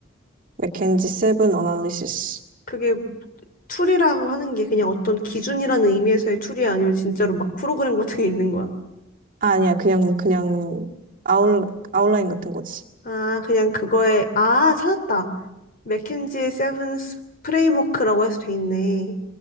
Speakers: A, on the right; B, on the left.
A: 맥켄지 세븐 어널리시스.
B: 그게 툴이라고 하는 게 그냥 어떤 기준이라는 의미에서의 툴이 아니면 진짜로 막 프로그램 <laughs> 같은 게 있는 거야?
A: 아, 아니야. 그냥 그냥 아웃 아웃라인 같은 거지.
B: 아, 그냥 그거에, 아, 찾았다. 맥킨지 세븐스 프레임워크라고 해서 돼 있네.